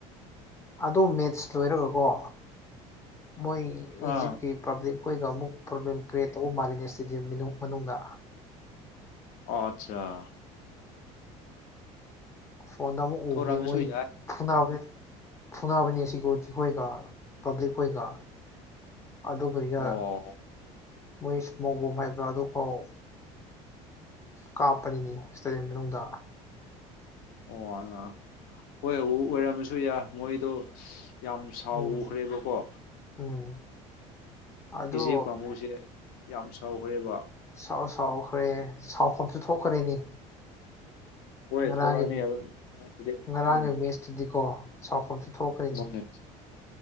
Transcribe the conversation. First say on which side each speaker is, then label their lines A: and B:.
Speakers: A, on the left (about 20°); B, on the left (about 75°).
A: ꯑꯗꯨ ꯃꯦꯠꯁ ꯂꯣꯏꯔꯒꯀꯣ ꯃꯣꯏ
B: ꯑꯥ
A: ꯏꯖꯤꯞꯀꯤ ꯄꯥꯕ꯭ꯂꯤꯛ ꯈꯣꯏꯒ ꯑꯃꯨꯛ ꯄ꯭ꯔꯣ꯭ꯂꯦꯝ ꯀ꯭ꯔꯤꯌꯦꯠ ꯇꯧꯕ ꯃꯥꯜꯂꯤꯅꯦ ꯏꯁꯇꯦꯗꯤꯌꯝ ꯃꯅꯨꯡꯗ
B: ꯑꯣ ꯑꯠꯆꯥ
A: ꯐꯣꯟꯗ ꯑꯃꯨꯛ
B: ꯊꯣꯔꯝꯕꯁꯨ
A: ꯎꯕꯅꯦ ꯃꯣꯏ
B: ꯌꯥꯏ
A: ꯐꯨꯅꯕꯅꯦ ꯐꯨꯅꯕꯅꯦ ꯁꯦꯀ꯭ꯌꯨꯔꯤꯇꯤ ꯈꯣꯏꯒ ꯄꯕ꯭ꯂꯤꯛ ꯈꯣꯏꯒ ꯑꯗꯨꯒ
B: ꯑꯣ
A: <unintelligible> ꯃꯣꯏ ꯏꯁꯃꯣꯛ ꯕꯣꯝ ꯍꯥꯏꯕ꯭ꯔꯥ ꯑꯗꯨꯐꯥꯎ ꯀꯥꯞꯄꯅꯤꯅꯤ ꯏꯁꯇꯦꯗꯤꯌꯝ ꯃꯅꯨꯡꯗ
B: ꯑꯣ ꯑ ꯍꯣꯏ ꯎ ꯑꯣꯏꯔꯝꯃꯁꯨ ꯌꯥꯏ ꯃꯣꯏꯗꯣ ꯌꯥꯝ ꯁꯥꯎ
A: ꯎꯝ
B: ꯎꯈ꯭ꯔꯦꯕꯀꯣ
A: ꯎꯝ ꯑꯗꯣ
B: ꯏꯤꯖꯤꯞ ꯀꯥꯡꯕꯨꯁꯦ ꯌꯥꯝ ꯁꯥꯎꯈ꯭ꯔꯦꯕ
A: ꯁꯥꯎ ꯁꯥꯎꯈ꯭ꯔꯦ ꯁꯥꯎꯐꯝꯁꯨ ꯊꯣꯛꯈ꯭ꯔꯦꯅꯤ
B: ꯍꯣꯏ
A: ꯉꯔꯥꯡꯒꯤ
B: ꯊꯣꯔꯛꯑꯅꯤ ꯑꯗꯨꯝ ꯑꯩꯉꯣꯟꯗꯗꯤ
A: ꯉꯔꯥꯡꯒꯤ
B: ꯎꯝ
A: ꯃꯦꯠꯁꯇꯨꯗꯤꯀꯣ ꯁꯥꯎꯐꯝꯁꯨ ꯊꯣꯛꯈ꯭ꯔꯤꯅꯤ
B: ꯃꯥꯅꯦ